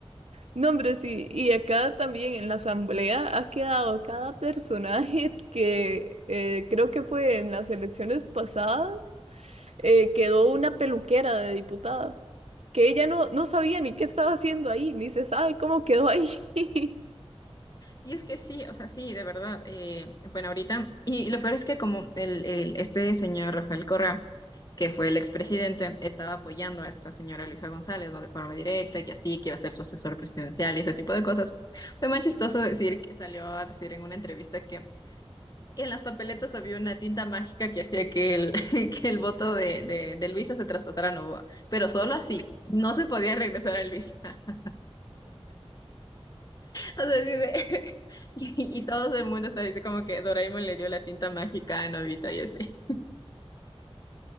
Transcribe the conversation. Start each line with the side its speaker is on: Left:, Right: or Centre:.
Right: No, hombre, sí. Y acá también en la asamblea ha quedado cada personaje <laughs> que eh, creo que fue en las elecciones pasadas, eh, quedó una peluquera de diputada, que ella no, no sabía ni qué estaba haciendo ahí, ni se sabe cómo quedó ahí. <laughs>
Left: Y es que sí, o sea, sí, de verdad. eh, bueno, ahorita, y lo peor es que como el, el- este señor Rafael Correa, que fue el expresidente, estaba apoyando a esta señora Luisa González, ¿no? De forma directa, que así, que iba a ser su asesor presidencial y ese tipo de cosas. Fue más chistoso decir que salió a decir en una entrevista que en las papeletas había una tinta mágica que hacía que el, <laughs> que el voto de, de, de Luisa se traspasara a Novoa, pero solo así, no se podía regresar a Luisa. <laughs> O sea, así de- <laughs> Y, todo el mundo está diciendo como que Doraemon le dio la tinta mágica a Nobita y así.